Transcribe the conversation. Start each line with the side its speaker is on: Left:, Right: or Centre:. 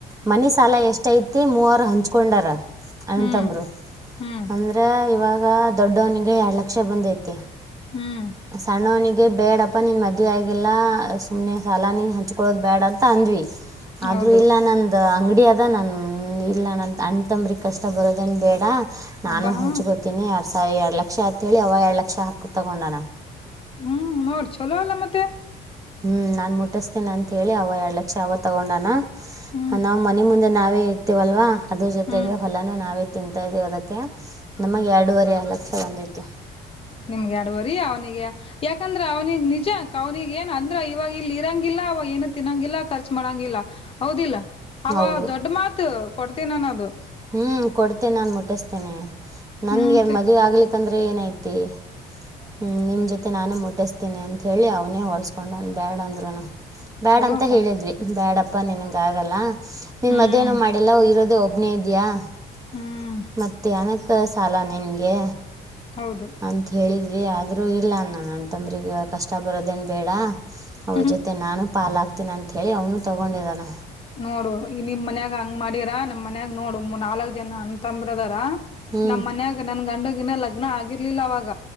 Right: ಮನೆ ಸಾಲ ಎಷ್ಟ ಐತಿ ಮೂವರು ಹಂಚ್ಕೊಂಡಾರ ಅಣಂತಂಬರು
Left: ಹ್ಮ್ ಹ್ಮ್
Right: ಅಂದ್ರೆ ಇವಾಗ ದೊಡ್ಡವನಿಗೆ ಎರಡು ಲಕ್ಷ ಬಂದೈತಿ
Left: ಹ್ಮ್
Right: ಸಣ್ಣವನಿಗೆ ಬೇಡಪ್ಪ ನೀನ್ ಮದುವೆ ಆಗಿ ಎಲ್ಲಾ ಸುಮ್ನೆ ಸಾಲಾನ ನೀನ್ ಹಂಚ್ಕೊಳ್ಳೋದ್ ಬ್ಯಾಡ ಅಂತ ಅಂದ್ವಿ ಆದ್ರೂ
Left: ಹೌದು
Right: ಇಲ್ಲ ನಂದ ಅಂಗಡಿ ಆದ ನನ್ ಇಲ್ಲ ನ ಅಂ ತಂಬ್ರ ಕಷ್ಟ ಬರೋದೇನ್ ಬೇಡ ನಾನು
Left: ಹಬ್ಬಾ ಹ
Right: ಹಂಚ್ಕೋತಿನಿ ಎರಡ್ ಸಾವಿರ ಎರಡ್ ಲಕ್ಕ ಲಕ್ಷ ಅಂತೇಳಿ ಅವ ಎರಡ್ ಲಕ್ಷ ಹಾಕ್ ತಗೊಂಡನ
Left: ಹ್ಮ್ ನೋಡ್ ಚಲೋ ಅಲ್ಲ ಮತ್ತೆ
Right: ಹ್ಮ್ ನಾನ್ ಮುಟ್ಟಿಸ್ತೇನ ಅಂತ ಹೇಳಿ ಅವ ಎರಡ್ ಲಕ್ಷ ಅವ ತಗೊಂಡನ
Left: ಹ್ಮ್
Right: ನಾ್ ಮನೆ ಮುಂದೆ ನಾವೇ ಇರ್ತೀವಲ್ವಾ. ಅದ ಜೊತೆಗೆ.
Left: ಹ್ಮ್
Right: ನಾವೇ ತಿಂತಾ ಇದ್ದೀವಿ ಅದಕ್ಕೆ ನಮಗೆ ಎರಡೂುವರೆ ಲಕ್ಷ ಬಂದೈತಿ.
Left: ನಿಮ್ಗೆ ಎಡುವರಿೀ ಅವ್ನಿಗೆ ಯಾಕಂದ್ರ ಅವ್ನಿಗೆಗ್ ನಿಜ ಅವ್ನಿಗೆ ಏನ್ ಅಂದ್ರ ಇವಾಗ ಇಲ್ಲಿ ಇರಂಗಿಲ್ಲ ಅವಾಗ ಏನು ತಿನ್ನಂಗಿಲ್ಲ ಖರ್ಚ ಮಾಡಂಗಿಲ್ಲ ಹೌದಿಲ್ಲ. ಅವ
Right: ಹೌದು
Left: ದೊಡ್ಡ ಮಾತು. ಕೊಡ್ತೇ ನಾನು ಅದು.
Right: ಹ್ಮ್ ಕೊಡ್ತೇನೆ ನಾನ್ ಮುಟ್ಟಿಸ್ತೇನೆ <inaudible> ನನ್
Left: ಹ್ಮ್
Right: ಯಾರ್ ಮದುವೆ ಆಗಲಿ ತಂದ <inaudible> ್ರ ಏನ್ ಐತಿ <inaudible> ಹ್ಮ್ ನಿಮ್ ಜೊತೆ <inaudible> ಮತ್ತೆ ನಾನು ಮುಟ್ಟಿಸ್ತೀನಿ ಅಂಂತೇಳಿ ಅವನೇ ಹೊಲಸ್ಕೊಂಡಾನು ಬ್ಯಾಡ ಅಂದ್ರ <inaudible> ಬ್ಯಾಡ
Left: ಚಲೋಪಾ
Right: ಅಂತ ಹೇಳಿದ್ವಿ ಬ್ಯಾಡ ಅ <inaudible> ಪ್ಪನ್ನಿನಗೆ ಆಗೆಲ್ಲಾ <inaudible> ನಿಮ್
Left: ಹ್ಮ್
Right: ಮದ್ೇನನು ಮಾಡಲ್ಲ ಇರೋದ ಹೋಗ <inaudible> <inaudible> ಇದಯಾ <inaudible>
Left: ಹ್ಮ್
Right: ಮತ್ತೆ ಅನ <inaudible> ಸಾಲ ನಿನ್ಗೆ.
Left: ಹೌದು
Right: ಅಂತ ಹೇಳಿದ. ೀ ಆದ್ರೂ ಇಲ್ಲ ಅ ನನ್ನ ತಂಬ್ರಗ ಕಷ್ಟ ಬರೋದೇನು ಬೇಡ ಅವ್ರ
Left: ಹ್ಮ್
Right: ಜೊತೆ ನಾನು ಪಾಾಲಾಗ್ತೀನ ಅಂತ ಹೇಳಿ ಅವನು ತಗೊಂಡಿದಾನ.
Left: ನೋಡು ಈ ನಿಮ್ ಮನ್ಯಾಗ ಹಂಗ್ ಮಾಡಿರ ನಮ್ ಮನ್ಯಾಗ ನೋಡು ಮೂ ನಾಲ್ಕ್ ಜನ ಅ ತಂಬ್ರದಾರ.
Right: ಹ್ಞೂ
Left: ನಮ್ಮ್ ಮನ್ಯಾಗ ನನ್ ಗಂಡಗಿನ. ಲಗ್ನ ಆಗಿರ್ಲಿಲ್ಲ ಅವಾಗ.